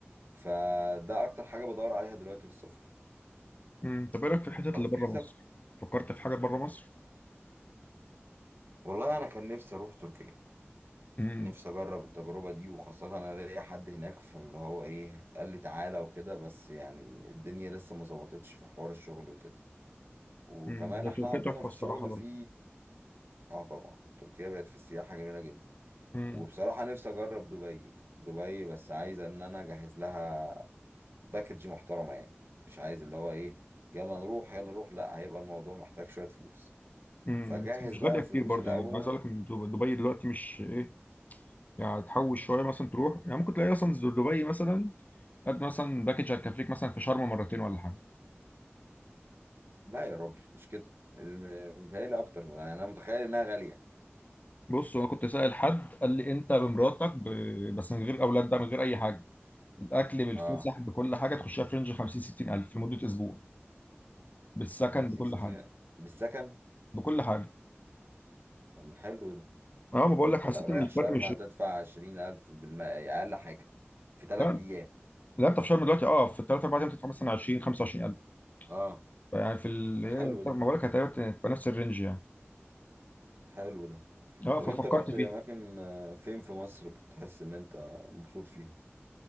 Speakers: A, on the right; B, on the left.
A: فده اكتر حاجة بدور عليها دلوقتي في السفر
B: امم طب ايه رايك في الحتت
A: طب
B: اللي بره
A: في سفر
B: مصر فكرت في حاجه بره مصر
A: والله انا كان نفسي اروح تركيا
B: امم
A: نفسي اجرب التجربه دي وخاصه انا ليا حد هناك فاللي هو ايه قال لي تعالى وكده بس يعني الدنيا لسه ما ظبطتش في حوار الشغل وكده وكمان
B: مم. هي
A: احنا
B: تركيا
A: عندنا
B: تحفه
A: في
B: الصراحه
A: الشغل
B: برضه
A: في اه طبعا تركيا بقت في السياحه جميله جدا
B: امم
A: وبصراحه نفسي اجرب دبي دبي بس عايز ان انا اجهز لها باكج محترمه يعني مش عايز اللي هو ايه يلا نروح يلا نروح لا هيبقى الموضوع محتاج شويه فلوس
B: امم
A: فجهز
B: بس مش
A: بقى
B: غاليه
A: الفلوس
B: كتير برضه
A: الاول
B: يعني عايز اقول لك ان دب- دبي دلوقتي مش ايه يعني تحوش شويه مثلا تروح يعني ممكن تلاقي اصلا دبي مثلا قد مثلا باكج هتكفيك مثلا في شرم مرتين ولا حاجه
A: لا يا راجل مش كده الم- متهيألي أكتر يعني أنا متخيل إنها غالية
B: بص انا كنت سائل حد قال لي انت بمراتك ب... بس من غير اولاد بقى من غير اي حاجه الاكل بالفسح
A: أه
B: بكل حاجه تخشها في رينج 50 60 الف في مده اسبوع بالسكن
A: خمسين
B: بكل
A: ستين
B: حاجه
A: بالسكن
B: بكل حاجه
A: طب ما حلو ده
B: اه ما بقول
A: أنت
B: لك حسيت
A: لو رايح
B: ان الفرق
A: شرم
B: مش
A: هتدفع عشرين ألف بالمائة أقل حاجة في تلات
B: لا
A: أيام
B: لا، انت في شرم دلوقتي اه في 3 4 ايام تدفع مثلا 20 25000
A: أه
B: يعني في ال...
A: فحلو
B: هي-
A: ده
B: طب ما بقولك هتبقى هتبقى نفس الرينج يعني
A: حلو ده
B: اه
A: طب
B: ففكرت
A: أنت رحت
B: فيها
A: أماكن آه، فين في مصر بتحس إن أنت مبسوط فيها؟